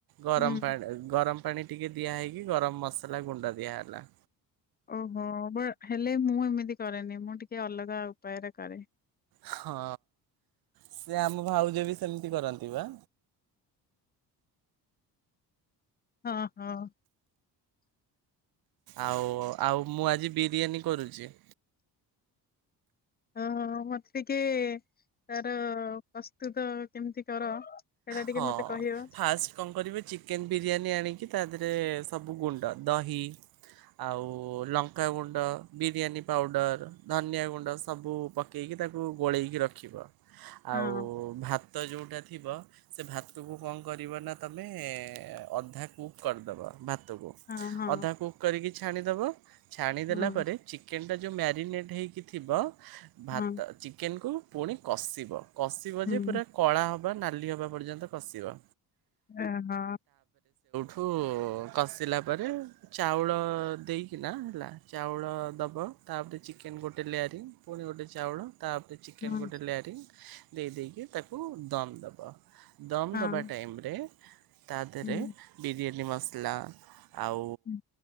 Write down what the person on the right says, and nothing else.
ଗରମ
ପାଣି ଗରମ ପାଣି ଟିକେ ଦିଆହେଇକି ଗରମ ମସଲା ଗୁଣ୍ଡ ଦିଆ ହେଲା।
ହଁ, ସେ ଆମ ଭାଉଜ ବି ସେମିତି କରନ୍ତି ବା।
ଆଉ ଆଉ ମୁଁ ଆଜି ବିରିୟାନୀ କରୁଛି।
ହଁ,
ଫାଷ୍ଟ କଣ କରିବେ ଚିକେନ ବିରିୟାନୀ ଆଣିକି ତା ଦେହରେ ସବୁ ଗୁଣ୍ଡ ଦହି, ଆଉ ଲଙ୍କାଗୁଣ୍ଡ, ବିରିୟାନୀ ପାଉଡ଼ର, ଧନିଆ ଗୁଣ୍ଡ, ସବୁ ପକାଇକି ତାକୁ ଗୋଳେଇକି ରଖିବ।
ଆଉ ଭାତ ଯେଉଁଟା ଥିବ ସେ ଭାତକୁ କଣ କରିବ ନା ତମେ ଅଧା କୁକ କରିଦେବ, ଭାତ
ଅଧା କୁକ୍ କରିକି ଛାଣିଦବ। ଛାଣିଦେଲା
ପରେ ଚିକେନ ଟା ଯୋଉ ମ୍ୟାରିନେଟ ହେଇିକିଥିବ ଭାତ
ଚିକେନକୁୁ ପୁଣି କଷିବ। କଷିବ
ଯେ ପୁରା କଳା ହବ। ନାଲି ହବା ପର୍ଯ୍ୟନ୍ତ କଷିବ।
ଠୁ କଷିଲା ପରେ ଚାଉଳ ଦେଇକିନା ହେଲା ଚାଉଳ ଦବ। ତାପରେ ଚିକେନ ଗୋଟେ ଲେୟାରିଙ୍ଗ ପୁଣି ଗୋଟେ ଚାଉଳ ତାପରେ ଚିକେନ
ଗୋଟେ ଲୋୟାରଙ୍କି ଦେଇ ଦେଇେଇକି ତାକୁ ଦମ୍ ଦେବ। ଦମ୍
ଦେବା ଟାଇମରେ ତା ଦେହରେ
ବିରିୟାନୀ ବିରିୟାନୀ ମସଲା ଆଉ।